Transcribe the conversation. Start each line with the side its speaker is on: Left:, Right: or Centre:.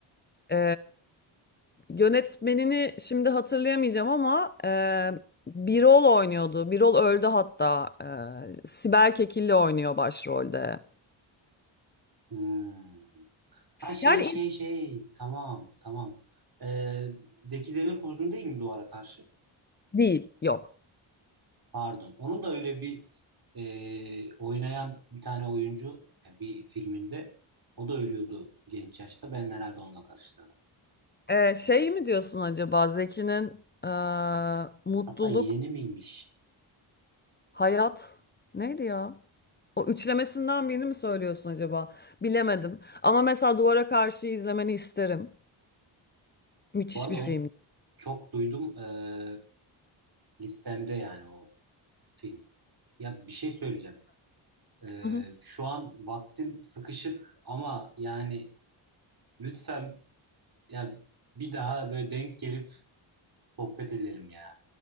Left: E, yönetmenini şimdi hatırlayamayacağım ama e, Birol oynuyordu. Birol öldü hatta. E, Sibel Kekilli oynuyor başrolde.
Right: Hmm. Ha şey
Left: Yani
Right: şey
Left: iz-
Right: şey. Tamam tamam. Ee, Zeki Demirkubuz'un değil mi Duvara Karşı?
Left: değil, yok.
Right: Pardon. Onun da öyle bir e, oynayan bir tane oyuncu yani bir filminde o da ölüyordu genç yaşta. Ben herhalde onunla karıştırdım.
Left: Ee, şey mi diyorsun acaba Zeki'nin e, mutluluk,
Right: Hatta yeğeni miymiş?
Left: hayat neydi ya? O üçlemesinden birini mi söylüyorsun acaba? Bilemedim. Ama mesela Duvara Karşı izlemeni isterim. Müthiş
Right: Bu arada
Left: bir
Right: onu
Left: film.
Right: çok duydum eee, listemde yani o film. Ya bir şey söyleyeceğim. Eee,
Left: Hı hı.
Right: şu an vaktim sıkışık ama yani lütfen ya bir daha böyle denk gelip sohbet edelim ya.